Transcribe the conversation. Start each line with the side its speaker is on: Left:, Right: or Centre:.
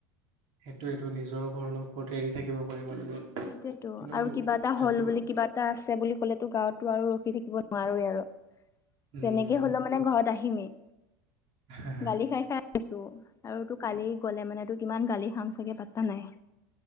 Right: সেইটো এইটো নিজৰ ঘৰনো ক'ত এৰি থাকিব পাৰিবা দূৰত
Left: সেইটোয়তো
Right: কিন্তু
Left: আৰু কিবা এটা
Right: থাকিব
Left: হ'ল বুলি কিবা এটা আছে বুলি ক'লে তো গাঁৱতো আৰু ৰখি থাকিব নোৱাৰোৱে আৰু
Right: উম,
Left: যেনেকে হলেও মানে ঘৰত আহিমেই
Right: হা, হা,
Left: গালি খাই খাই আছো আৰু তোৰ কালি গলে মানে তোৰ কিমান গালি খাম চাগে পাত্তা নাই।